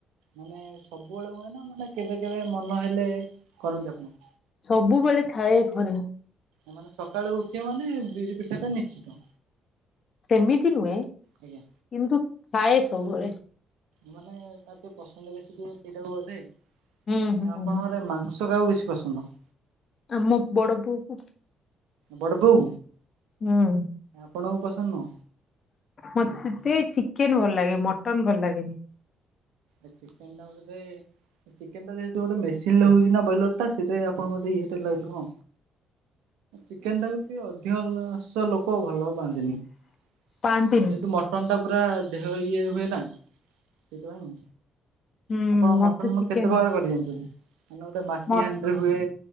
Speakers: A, on the right; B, on the left.
A: ମାନେ ସବୁବେଳେ ହୁଏ ନା ମାନେ କେବେ କେବେ ମନ ହେଲେ କରନ୍ତି ଆପଣ?
B: ସବୁବେଳେ ଥାଏ ଘରେ।
A: ମାନେ ସକାଳୁ ଉଠିବ ମାନେ ବିରି ପିଠା ଟା ନିଶ୍ଚିତ।
B: ସେମିତି ନୁହେଁ କିନ୍ତୁ
A: ଆଜ୍ଞା
B: ଥାଏ ସବୁବେଳେ।
A: ମାନେ ତା ଟିକେ ପସନ୍ଦ ବେଶୀ ଟିକେ ସେଇଟାକୁ ବଧେ ଆ
B: ହୁଁ ହୁଁ
A: ଆପଣଙ୍କର
B: ହୁଁ
A: ମାଂସ ଟା ବେଶି ପସନ୍ଦ।
B: ଆମ ବଡ ପୁଅ କୁ
A: ବଡ଼ବଉ।
B: ହଁ।
A: ଆପଣଙ୍କୁ ପସନ୍ଦ ନୁହ?
B: ମତେ ତେ ଚିକେନ ଭଲ ଲାଗେ ମଟନ ଭଲ ଲାଗେନି।
A: ଚିକେନ ଟା ବୋଧେ ଚିକେନ ଟା ଯେ ହେତୁ ଗୋଟେ ମେସିନରେ ହେଉଚି ନା ବ୍ରଏଲର ଟା ସେଥି ପାଇଁ ଆପଣ ମତେ ଇଏ ଟେ ଲାଗୁଥିବ। ଚିକେନଟାକୁ ଟିକେ ଅଧିକାନ୍ ସ ଲୋକ। ଲୋକ ଭଲ ପାଆନ୍ତି ନି ଯେହେତୁ
B: ପାଆନ୍ତିନି
A: ମଟନ ଟା ପୁରା ଦେ ଯୋଉ ଇଏ ହୁଏ ନା ସେଥିପାଇଁ।
B: ହୁଁ
A: ଆପଣ
B: ମତେ
A: ମଟନ
B: ଚିକେନ
A: କେତେ ପ୍ରକାର କରି ଜାଣିଚନ୍ତି, ମାନେ ଗୋଟେ ମାଟି
B: ମ
A: ହାଣ୍ଡିରେ ହୁଏ।